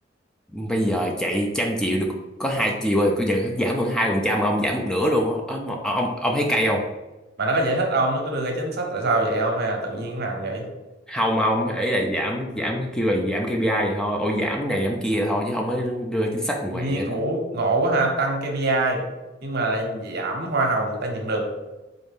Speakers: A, in the centre; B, on the right.
A: bây giờ chạy trăm triệu được có hai triệu rồi bây giờ giảm khoảng hai phần trăm mà ông giảm một nửa luôn ông, ông, ông thấy cay không
B: mà nó có giải thích không nó có đưa ra chính sách tại sao vậy không hay là tự nhiên làm vậy
A: không ông ấy là giảm giảm kêu là giảm KPI vậy thôi ôi giảm này giảm kia thôi chứ không mới đưa ra chính sách ngoài
B: tự nhiên
A: vậy
B: ủa
A: đó
B: ngộ quá ha tăng KPI nhưng mà lại giảm hoa hồng người ta nhận được